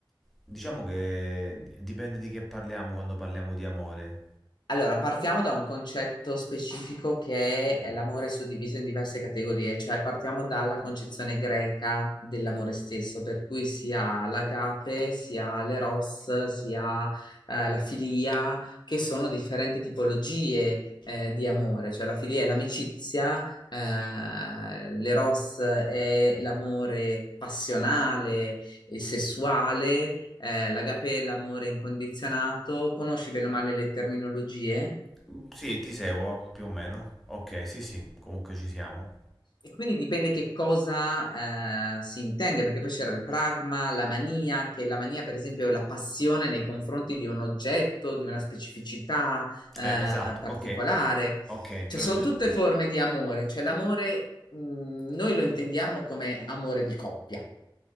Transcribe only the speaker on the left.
Allora, partiamo da un concetto specifico che è l'amore suddiviso in diverse categorie, cioè partiamo dalla concezione greca dell'amore stesso, per cui si ha l'agape, si ha l'eros, si ha eh, la filia, che sono differenti tipologie eh, di amore, cioè la filia è l'amicizia, eh, l'eros è l'amore passionale, il sessuale, eh, l'agapè, l'amore incondizionato. Conosci bene o male le terminologie?
E quindi dipende che cosa eh, si intende, perché poi c'era il pragma, la mania, che la mania, per esempio, è la passione nei confronti di un oggetto, di una specificità eh,
particolare.
Cioè,
sono
tutte forme di amore. Cioè, l'amore, mh, noi lo intendiamo come amore di coppia.